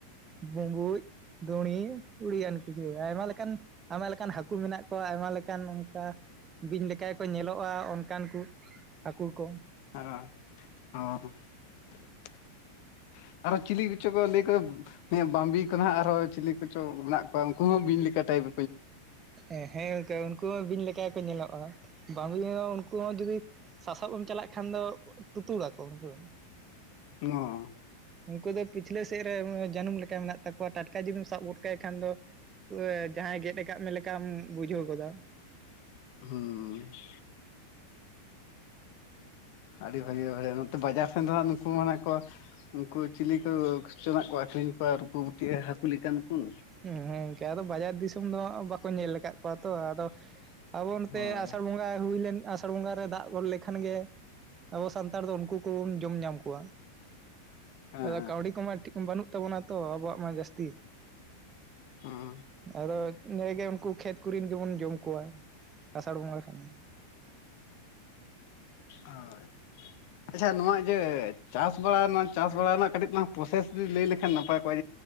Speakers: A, on the right; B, on the left.
A: ᱵᱩᱸᱵᱩᱡ, ᱫᱚᱬᱤ, ᱩᱲᱤᱭᱟᱱ ᱠᱤᱪᱷᱩ ᱟᱭᱢᱟ ᱞᱮᱠᱟᱱ, ᱟᱭᱢᱟ ᱞᱮᱠᱟᱱ ᱦᱟᱹᱠᱩ ᱢᱮᱱᱟᱜ ᱠᱚᱣᱟ ᱟᱭᱢᱟ ᱞᱮᱠᱟᱱ ᱚᱱᱠᱟ ᱵᱤᱧ ᱞᱮᱠᱟ ᱜᱮᱠᱚ ᱧᱮᱞᱚᱜᱼᱟ ᱚᱱᱠᱟᱱ ᱠᱩ ᱦᱟᱹᱠᱩ ᱠᱚ,
B: ᱟᱸ ᱦᱚᱸ <unintelligible> ᱟᱨᱚ ᱪᱤᱞᱤ ᱠᱚᱪᱚ ᱠᱚ ᱞᱟᱹᱭ ᱦᱮᱸ, ᱦᱮᱸ ᱵᱟᱹᱢᱵᱤ ᱠᱚ ᱱᱷᱟᱸᱜ ᱟᱨᱦᱚᱸ ᱪᱤᱞᱤ ᱠᱚᱪᱚ ᱢᱮᱱᱟᱜ ᱠᱚᱣᱟ ᱩᱸᱠᱩ ᱦᱚᱸ ᱵᱤᱧ ᱞᱮᱠᱟ ᱴᱟᱹᱭᱤᱯ
A: ᱮ ᱦᱮᱸ ᱜᱚᱝᱠᱮ ᱩᱱᱠᱩ ᱦᱚᱸ ᱵᱤᱧ ᱞᱮᱠᱟ ᱜᱮᱠᱚ ᱧᱮᱞᱚᱜᱼᱟ, ᱵᱟᱹᱢᱵᱤ ᱦᱚᱸ ᱩᱱᱠᱩ ᱦᱚᱸ ᱡᱩᱫᱤ ᱥᱟᱥᱟᱜ ᱮᱢ ᱪᱟᱞᱟᱜ ᱠᱷᱟᱱ ᱫᱚ ᱩ ᱴᱩᱛᱩᱲᱟᱠᱚ ᱩᱱᱠᱩ ᱫᱚ᱾
B: ᱦᱚᱸ,
A: ᱩᱱᱠᱩ ᱫᱚ ᱯᱤᱪᱷᱞᱟᱹ ᱥᱮᱜ ᱨᱮ ᱮᱸᱻᱢ ᱡᱟᱹᱱᱩᱢ ᱞᱮᱠᱟ ᱢᱮᱱᱟᱜ ᱛᱟᱠᱚᱣᱟ, ᱴᱟᱴᱠᱟ ᱡᱩᱫᱤᱢ ᱥᱟᱵ ᱜᱚᱫ ᱠᱟᱭ ᱠᱷᱟᱱ ᱫᱚ ᱮᱸ ᱡᱟᱦᱟᱸᱭ ᱜᱮᱫ ᱟᱠᱟᱫ ᱢᱮ ᱞᱮᱠᱟᱢ ᱵᱩᱡᱷᱟᱹᱣ ᱜᱚᱫᱟ᱾
B: ᱦᱩᱸ <unintelligible> ᱟᱹᱰᱤ ᱵᱷᱟᱹᱜᱤ ᱵᱷᱟᱜᱮ ᱱᱚᱛᱮ ᱵᱟᱡᱟᱨ ᱥᱮᱱ ᱫᱚ ᱦᱟᱸᱜ ᱱᱩᱠᱩ ᱢᱟᱱᱷᱟᱜ ᱠᱚ ᱩᱱᱠᱩ ᱪᱤᱞᱤ ᱠᱚᱻ ᱠᱷᱚᱪᱚ ᱱᱷᱟᱸᱜ ᱠᱚ ᱟᱹᱠᱷᱨᱤᱧ ᱠᱚᱣᱟ ᱨᱩᱯᱩ ᱵᱩᱛᱤᱭᱟᱹ ᱦᱟᱹᱠᱩ ᱞᱮᱠᱟᱱ ᱠᱩᱸ,
A: ᱦᱮᱸ ᱦᱮᱸ ᱜᱚᱝᱠᱮ, ᱟᱫᱚ ᱵᱟᱡᱟᱨ ᱫᱤᱥᱚᱢ ᱫᱚ ᱦᱟᱸᱜ ᱵᱟᱠᱚ ᱧᱮᱞ ᱟᱠᱟᱫ ᱠᱚᱣᱟ ᱛᱚ ᱟᱫᱚ ᱟᱵᱚ ᱱᱚᱛᱮ
B: ᱦᱳᱭ
A: ᱟᱥᱟᱲ ᱵᱚᱸᱜᱟ ᱦᱩᱭ ᱞᱮᱱ ᱟᱥ- ᱛᱟᱲ ᱵᱚᱸᱜᱟ ᱨᱮ ᱫᱟᱜ ᱜᱚᱫ ᱞᱮᱠᱷᱟᱱ ᱜᱮ ᱟᱵᱚ ᱥᱟᱱᱛᱟᱲ ᱫᱚ ᱩᱱᱠᱩ ᱠᱚᱵᱩᱱ ᱡᱚᱢ ᱧᱟᱢ ᱠᱚᱣᱟ,
B: ᱦᱮᱸ
A: ᱮ ᱠᱟᱹᱣᱰᱤ ᱠᱚᱢᱟ ᱴᱷᱤᱠ ᱵᱟᱹᱱᱩᱜ ᱛᱟᱵᱚᱱᱟ ᱛᱚ ᱟᱵᱚᱣᱟᱜ ᱢᱟ ᱡᱟᱹᱥᱛᱤ᱾
B: ᱦᱩᱸ,
A: ᱟᱫᱚ ᱱᱟᱹᱭ ᱜᱮ ᱩᱱᱠᱩ ᱠᱷᱮᱛ ᱠᱚᱨᱤᱱ ᱜᱮᱵᱚᱱ ᱡᱚᱢ ᱠᱚᱣᱟ ᱟᱥᱟᱲ ᱵᱚᱸᱜᱟ ᱠᱷᱟᱱ ᱜᱮ᱾
B: ᱳᱭ, ᱟᱪᱪᱷᱟ ᱱᱚᱣᱟ ᱤᱭᱟᱹ ᱪᱟᱥ ᱵᱟᱲᱟ ᱱᱚᱣᱟ ᱪᱟᱥ ᱵᱟᱲᱟ ᱨᱮᱱᱟᱜ ᱠᱟᱹᱴᱤᱡ ᱛᱟᱞᱟᱝ ᱯᱚᱨᱚᱥᱮᱥ ᱛᱮᱫ ᱞᱟᱹᱭ ᱞᱮᱠᱷᱟᱱ ᱱᱟᱯᱟᱭ ᱚᱠᱚᱭ